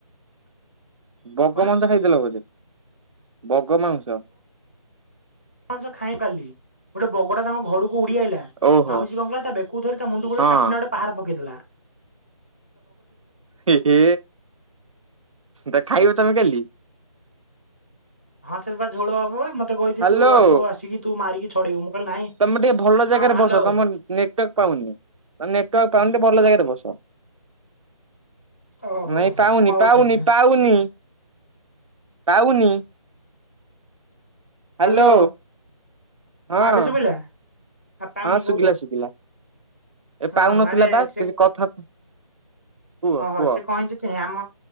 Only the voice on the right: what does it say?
ବଗ
ମଞ୍ଚ ଖାଇଦେଲ ବୋଧେ ବଗ ମାଂସ।
ଓହୋ
ହଁ।
ହେ ତ ଖାଇବ ତମେ କାଲି।
ହ୍ୟାଲୋ।
ତମେ ଟିକେ ଭଲ ଜାଗାରେ
ବସ, ତମ ନେଟୱାର୍କ ପାଉନି, ତେ ନେଟୱାର୍କ ପାଉନ ଟିକେ ଭଲ ଜାଗାରେ ବସ।
ନାଇ
ପାଉନି,
ପାଉନି,
ପାଉନି, ପାଉନି। ହାଲୋ।
ହଁ,
ହଁ, ଶୁଖିଲା
ଶୁଖିଲା ଏ
ପାଉନଥିଲା
ବା,
କିଛି କଥା କୁହ
କୁହ